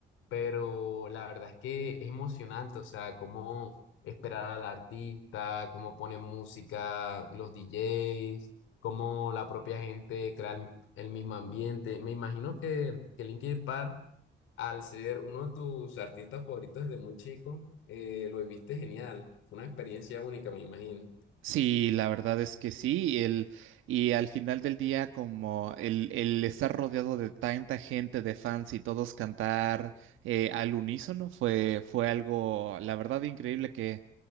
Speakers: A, on the left; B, on the right.
A: pero la verdad es que es emocionante, o sea, cómo esperar al artista, cómo ponen música, los DJs, cómo la propia gente crea el, el mismo ambiente. Me imagino que, que Linkin Park al ser uno de tus artistas favoritos desde muy chico, eh, lo viviste genial. Fue una experiencia única, me imagino.
B: Sí, la verdad es que sí, el, y al final del día como el, el estar rodeado de tanta gente, de fans y todos cantar eh, al unísono fue, fue algo, la verdad, increíble que